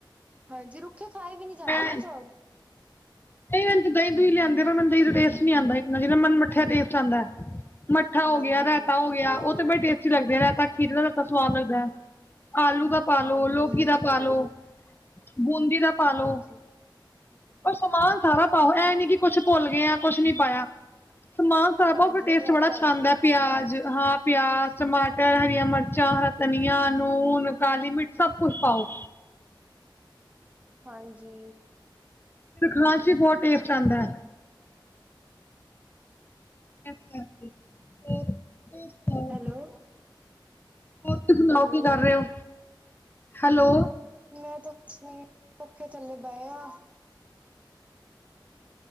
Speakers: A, on the right; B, on the left.
A: ਹਾਂਜੀ ਰੁੱਖੇ ਖਾਏ ਵੀ ਨੀ ਜਾਂਦੇ
B: ਮੈਂ
A: ਨਾ ਚੌਲ।
B: ਨਹੀਂ ਦਹੀਂ ਦੂਈ ਲਿਆਂਦੇ ਪਰ ਮਨ ਦਹੀਂ ਦਾ ਟੇਸਟੀ ਆਉਂਦਾ ਜ ਮਨ ਉੱਥੇ ਦੇਖ ਆਉਂਦਾ ਮੱਠਾ ਹੋ
A: ਹਾਂਜੀ
B: ਗਿਆ, ਰਏਤਾ ਹੋ ਗਿਆ ਬੜੀ ਟੇਸਟੀ ਲੱਗਦੇ ਰਾ ਤਾਂ ਖੀਰ ਦਾ ਸਵਾਦ ਲੱਗਦਾ ਹੈ ਆਲੂ ਦਾ ਪਾਲੋ
A: ਹਾਂਜੀ
B: ਲੋਕੀ ਦਾ ਪਾਲੋ ਬੂੰਦੀ ਦਾ ਪਾ ਲੋ
A: ਹਾਂਜੀ।
B: ਪਰ ਸਮਾਨ ਸਾਰਾ ਪਾਓ ਐ ਨੀ ਕਿ ਕੁੱਛ ਭੁੱਲ ਗਿਆ ਕੁੱਛ ਨੀ ਪਾਇਆ। ਸਮਾਨ <unintelligible>
A: ਹਾਂਜੀ
B: ਟੇਸਟ
A: ਪ੍ਰੋਪਰ
B: ਬੜਾ ਅੱਛਾ ਆਂਦਾ। ਪਿਆਜ਼ ਹਾਂ ਪਿਆਜ਼, ਟਮਾਟਰ, ਹਰੀਆਂ ਮਿਰਚਾਂ, ਹਰਾ ਧਨੀਆ, ਨੂਣ, ਕਾਲੀ ਮਿਰਚ ਸਭ ਕੁਛ ਪਾਓ।
A: ਹਾਂਜੀ।
B: ਫੇਰ ਖਾਨ ਚ ਬਹੁਤ ਟੇਸਟ ਆਂਦਾ ਐ। ਇਸ ਕਰਕੇ ਹੋਰ ਤੁਸੀਂ ਸੁਣਾਓ
A: ਹੈਲੋ।
B: ਹੋਰ ਤੁਸੀਂ ਸੁਣਾਓ
A: ਹੈਲੋ,
B: ਕੀ ਕਰ ਰਹੇ ਹੋ? ਹੈਲੋ
A: ਮੈਂ ਤੁ ਪੱਖੇ ਥੱਲੇ ਬਹਿ ਯਾ।